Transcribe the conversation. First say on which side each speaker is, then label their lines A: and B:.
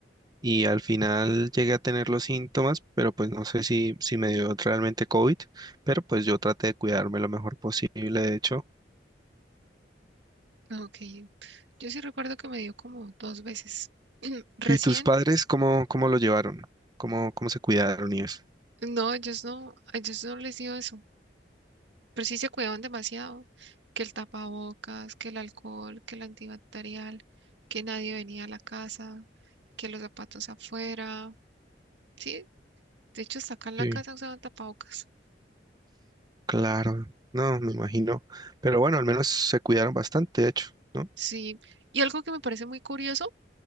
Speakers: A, on the right; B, on the right.
A: Y al final llegué a tener los síntomas, pero pues no sé si, si me dio realmente COVID, pero pues yo traté de cuidarme lo mejor posible, de hecho.
B: Ok, yo sí recuerdo que me dio como dos veces. <clears throat> Recién,
A: ¿Y tus padres cómo, cómo lo llevaron? ¿Cómo, cómo se cuidaron y eso?
B: no, ellos no, a ellos no les dio eso, pero sí se cuidaban demasiado, que el tapabocas, que el alcohol, que el antibacterial, que nadie venía a la casa, que los zapatos afuera. Sí, De hecho, hasta acá en
A: Sí.
B: la casa usaban tapabocas.
A: Claro, no, me imagino. Pero bueno, al menos se cuidaron bastante, de hecho, ¿no?
B: Sí. Y algo que me parece muy curioso,